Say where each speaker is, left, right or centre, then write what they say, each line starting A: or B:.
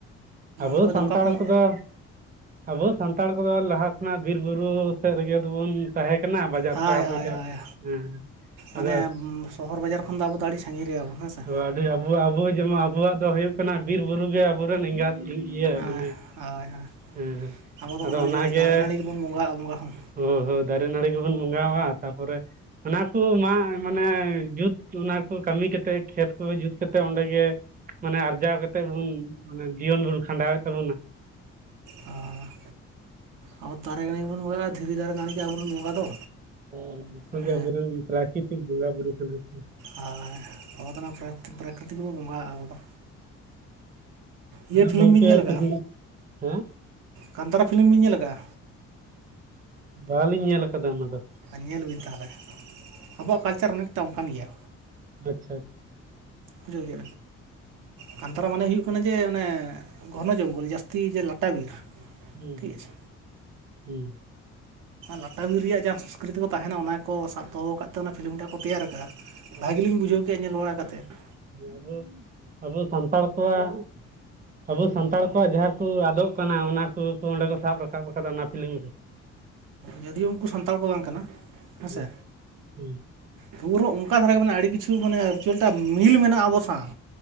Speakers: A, on the right (about 30°); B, on the right (about 85°).
A: ᱟᱵᱚ
B: ᱟᱯᱮ
A: ᱥᱟᱱᱛᱟᱲ
B: ᱫᱚ ᱚᱠᱟ ᱯᱚᱝ
A: ᱠᱚᱫᱚ ᱟᱵᱚ ᱥᱟᱱᱛᱟᱲ ᱠᱚᱫᱚ ᱞᱟᱦᱟ ᱠᱷᱚᱱᱟᱜ ᱵᱤᱨ ᱵᱩᱨᱩ ᱥᱮᱫ ᱨᱮᱜᱮ ᱫᱚᱵᱩᱱ ᱛᱟᱦᱮᱸ ᱠᱟᱱᱟ ᱵᱟᱡᱟᱨ
B: ᱦᱳᱭ
A: ᱥᱟᱦᱟᱨ
B: ᱦᱳᱭ
A: ᱨᱮᱫᱚ
B: ᱦᱳᱭ
A: ᱦᱮᱸ ᱟᱫᱚ
B: ᱢᱟᱱᱮ ᱥᱚᱦᱚᱨ ᱵᱟᱡᱟᱨ ᱠᱷᱚᱱ ᱫᱚ ᱟᱵᱚ ᱫᱚ ᱟᱹᱰᱤ ᱥᱟᱜᱤᱧ ᱜᱮᱭᱟᱵᱚᱱ ᱦᱮᱸ ᱥᱮ
A: ᱚ ᱟᱹᱰᱤ ᱟᱵᱚ ᱟᱵᱚ ᱡᱮᱢᱚᱱ ᱟᱵᱚᱣᱟᱜ ᱫᱚ ᱦᱩᱭᱩᱜ ᱠᱟᱱᱟ ᱵᱤᱨ ᱵᱩᱨᱩ ᱜᱮ ᱟᱵᱚᱨᱮᱱ ᱮᱸᱜᱟᱛ ᱤᱭᱟᱹ
B: ᱦᱮᱸ
A: ᱢᱟᱱᱮ
B: ᱦᱳᱭ ᱦᱳᱭ
A: ᱦᱮᱸ ᱦᱮᱸ
B: ᱟᱵᱚ ᱫᱚ
A: ᱟᱫᱚ ᱚᱱᱟᱜᱮ
B: ᱫᱟᱨᱮ ᱱᱟᱹᱲᱤ ᱜᱮᱵᱚᱱ ᱵᱚᱸᱜᱟᱜᱼᱟ ᱵᱚᱸᱜᱟ ᱦᱚᱸ
A: ᱚ ᱦᱚᱸ ᱫᱟᱨᱮ ᱱᱟᱹᱲᱤ ᱜᱮᱵᱚᱱ ᱵᱚᱸᱜᱟ ᱛᱟᱯᱚᱨᱮ ᱚᱱᱟ ᱠᱚ ᱢᱟ ᱢᱟᱱᱮ ᱡᱩᱛ ᱚᱱᱟ ᱠᱚ ᱠᱟᱹᱢᱤ ᱠᱟᱛᱮ ᱠᱷᱮᱛ ᱠᱚ ᱡᱩᱛ ᱠᱟᱛᱮᱫ ᱚᱸᱰᱮ ᱜᱮ ᱢᱟᱱᱮ ᱟᱨᱡᱟᱣ ᱠᱟᱛᱮᱫ ᱵᱚᱱ ᱢᱟᱱᱮ ᱡᱤᱭᱚᱱ ᱵᱚᱱ ᱠᱷᱟᱸᱰᱟᱣᱮᱫ ᱛᱟᱵᱚᱱᱟ᱾
B: ᱟᱨ ᱟᱵᱚ ᱫᱟᱨᱮ ᱱᱟᱹᱲᱤ ᱵᱚᱱ ᱵᱚᱸᱜᱟ ᱫᱷᱤᱨᱤ ᱫᱟᱨᱮ ᱱᱟᱹᱲᱤ ᱟᱵᱚᱨᱮᱱ ᱵᱚᱸᱜᱟ ᱫᱚ
A: ᱦᱚᱸ ᱚᱱᱠᱚ ᱜᱮ
B: ᱦᱮᱸ
A: ᱟᱵᱚᱨᱮᱱ ᱯᱨᱟᱠᱨᱤᱛᱤᱠ ᱵᱚᱸᱜᱟ ᱵᱩᱨᱩ ᱠᱟᱱᱟ ᱠᱚ
B: ᱦᱳᱭ ᱟᱵᱚ ᱫᱚ ᱚᱱᱟ ᱯᱨᱟ ᱯᱨᱟᱠᱨᱤᱛᱤᱠ ᱜᱮ ᱵᱚ ᱵᱚᱸᱜᱟ ᱟᱵᱚ ᱫᱚ ᱤᱭᱟᱹ
A: ᱟᱫᱚ
B: ᱯᱷᱤᱞᱤᱢ
A: ᱜᱚᱝᱠᱮ
B: ᱵᱤᱱ ᱧᱮᱞ ᱠᱟᱜᱼᱟ
A: ᱛᱤᱦᱤᱧ ᱦᱮᱸ
B: ᱠᱟᱱᱛᱟᱨᱟ ᱯᱷᱤᱞᱤᱢ ᱵᱤᱱ ᱧᱮᱞ ᱟᱠᱟᱜᱼᱟ
A: ᱵᱟᱞᱤᱧ ᱧᱮᱞ ᱟᱠᱟᱫᱟ ᱚᱱᱟ ᱫᱚ᱾
B: ᱟᱨ ᱧᱮᱞ ᱵᱤᱱ ᱛᱟᱦᱚᱞᱮ ᱟᱵᱚᱣᱟᱜ ᱠᱟᱞᱪᱟᱨ ᱚᱱᱮᱠᱴᱟ ᱚᱱᱠᱟᱱ ᱜᱮᱭᱟ᱾
A: ᱟᱪᱪᱷᱟ
B: ᱵᱩᱡᱷᱟᱹᱣ ᱜᱮ ᱠᱟᱱᱛᱟᱨᱟ ᱢᱟᱱᱮ ᱦᱩᱭᱩᱜ ᱠᱟᱱᱟ ᱡᱮ ᱚᱱᱮ ᱜᱷᱚᱱᱚ ᱡᱚᱝᱜᱚᱞ ᱡᱟᱹᱥᱛᱤ ᱡᱮ ᱞᱟᱴᱟ ᱵᱤᱨ
A: ᱦᱩᱸ
B: ᱴᱷᱤᱠ
A: ᱦᱩᱸ
B: ᱟᱪᱷᱮ
A: ᱦᱮᱸ
B: ᱞᱟᱴᱟ ᱵᱤᱨ ᱨᱮᱭᱟᱜ ᱡᱟᱦᱟᱸ ᱥᱚᱠᱨᱤᱛᱤ ᱠᱚ ᱛᱟᱦᱮᱱᱟ ᱚᱱᱟ ᱠᱚ ᱥᱟᱵ ᱫᱚᱦᱚ ᱟᱠᱟᱫ ᱛᱮ ᱚᱱᱟ ᱯᱷᱤᱞᱤᱢ ᱴᱟᱜ ᱠᱚ ᱛᱮᱭᱟᱨ ᱟᱠᱟᱟᱜᱼᱟ ᱾
A: ᱟᱪᱪᱷᱟ
B: ᱵᱷᱟᱜᱮ ᱞᱤᱧ ᱵᱩᱡᱷᱟᱹᱣ ᱠᱮᱫᱮᱜᱼᱟ ᱧᱮᱞ ᱵᱟᱲᱟ ᱠᱟᱛᱮᱫ ᱾
A: ᱟᱵᱚ ᱟᱵᱚ ᱥᱟᱱᱛᱟᱲ ᱠᱚᱣᱟᱜ ᱟᱵᱚ ᱥᱟᱱᱛᱟᱲ ᱠᱚᱣᱟᱜ ᱡᱟᱦᱟᱸ ᱠᱚ ᱟᱫᱚᱜ ᱠᱟᱱᱟ᱾ ᱚᱱᱟ ᱠᱚ ᱚᱱᱸᱰᱮ ᱠᱚ ᱥᱟᱵ ᱨᱟᱠᱟᱵ ᱟᱠᱟᱫᱟ ᱚᱱᱟ ᱯᱷᱤᱞᱤᱢ ᱨᱮ᱾ <unintelligible>
B: ᱡᱳᱫᱤᱭᱳ ᱩᱱᱠᱩ ᱥᱟᱱᱛᱟᱲ ᱠᱚ ᱵᱟᱝ ᱠᱟᱱᱟ ᱦᱮᱸᱥᱮ
A: ᱦᱩᱸ ᱦᱩᱸ
B: ᱯᱩᱨᱟᱹ ᱚᱱᱠᱟ ᱫᱷᱟᱨᱟ ᱜᱮ ᱢᱟᱱᱮ ᱟᱹᱰᱤ ᱠᱤᱪᱷᱩ ᱢᱟᱱᱮ ᱨᱤᱡᱟᱞ ᱴᱟ ᱢᱤᱞ ᱢᱮᱱᱟᱜᱼᱟ, ᱟᱵᱚ ᱥᱟᱶ,